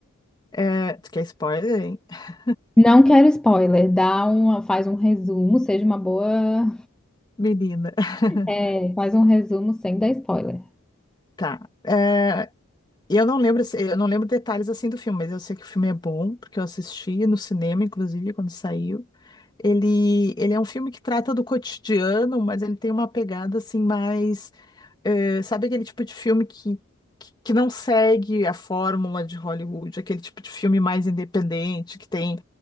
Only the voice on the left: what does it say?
É, tu quer spoiler, hein? <laughs>
Menina. <laughs>
Tá. É, E eu não lembro, assim, eu não lembro detalhes assim do filme, mas eu sei que o filme é bom, porque eu assisti no cinema, inclusive, quando saiu. Ele, ele é um filme que trata do cotidiano, mas ele tem uma pegada assim mais, eh, sabe aquele tipo de filme que, que, que não segue a fórmula de Hollywood, aquele tipo de filme mais independente, que tem,